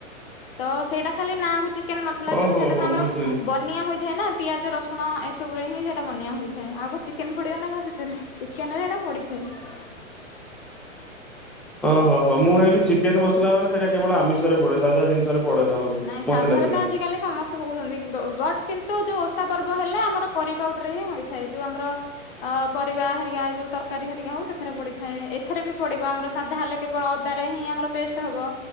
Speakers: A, on the left; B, in the centre.
A: ତ ସେଇଟା ଖାଲି ନା କୁ ଚିକେନ ମସଲା
B: ଓହୋ
A: କିନ୍ତୁ ସେଟା
B: ହୋ
A: ତ ଆମର
B: ବୁଝିଲି।
A: ବ୍ ବନିଆ ହୋଇଥାଏ ନା ପିଆଜ ରସୁଣ ଏସବୁରେ ହିଁ ସେଇଟା ବନ୍ୟା ହୋଇଥାଏ। ଆଉ କଣ ଚିକେନ ପଡିବ ନା କଣ ସେଥିରେ? ଚିକେନ ରେ ଏଟା ପଡିଥାଏ।
B: ହ ଓହୋ ହୋ ମୁଁ ଭାବିଲି ଚିକେନ ମସଲା ମାନେ ସେଇଟା କେବଳ ଆମିଷରେ ପଡେ ସାଧା ଜିନିଷରେ ପଡେ ନା ବୋଧେ।
A: ନାଇଁ
B: ମତେ
A: ସାଧାରେ
B: ଲାଗିଲା
A: ତ ଆଜିକାଲି ସମସ୍ତେ କହୁଛନ୍ତି ବଟ୍ କିନ୍ତୁ ଯୋଉ ଓଷା ପର୍ବ ହେଲେ ଆମର କରି ପାଉଡ଼ରେ ହିଁ ହୋଇଥାଏ। ଯୋଉ ଆମର ଅ ପରିବା ହେରିକା ଯୋଉ ତରକାରୀ ହେରିକା ହଉ ସେଥିରେ ପଡିଥାଏ ଏଥିରେ ବି ପଡିବ ଆମର ସାଧା ହେଲେ। କେବଳ ଅଦା ରେ ହିଁ ଆମର ପେଷ୍ଟ ହବ।